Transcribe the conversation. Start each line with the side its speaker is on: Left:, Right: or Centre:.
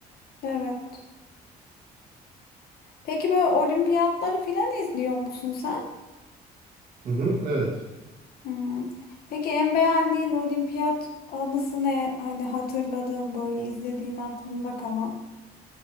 Left: Evet. Peki böyle olimpiyatları filan izliyor musun sen?
Right: Hı hı, evet.
Left: Hmm. Peki en beğendiğin olimpiyat anısı ne? Hani hatırladığın böyle izlediğin aklında kalan.